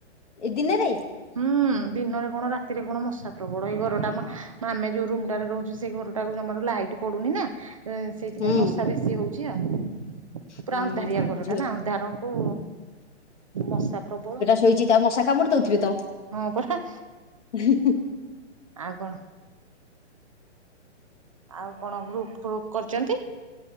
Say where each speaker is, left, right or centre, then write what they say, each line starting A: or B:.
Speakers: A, on the left; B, on the right.
A: ଏଇ ଦିନରେ
B: ହୁଁ। ହୁଁ ଦିନରେ କଣ ରାତିରେ କଣ ମଶା ପ୍ରବଳ ଏଇ ଘରଟା ଆମେ ଯୋଉ ରୁମ ଟାରେ ରହୁଛୁ ସେଇ ଘରଟାକୁ ଜମାରୁ ଲାଇଟ୍ ପଡୁନି ନା ସେଇଥିପାଇଁ
A: ହୁଁ
B: ମଶା ବେଶୀ ହଉଛି ଆଉ। ପୁରା
A: ହୁଁ
B: ଅନ୍ଧାରିଆ
A: ଆଉ
B: ଘର
A: ଝିଅ
B: ଟା ନା ଅନ୍ଧାରକୁ ମଶା ପ୍ରବଳ।
A: ସୋଇଛି ତା ମଶା କାମୁଡି ଦେଉଥିବେ ତ?
B: ହଁ ପରା।
A: ହୁଁ ହୁଁ।
B: ଆଉ କଣ। ଆଉ କଣ ଗ୍ରୁପ ଫ୍ରୁପ କରିଛନ୍ତି?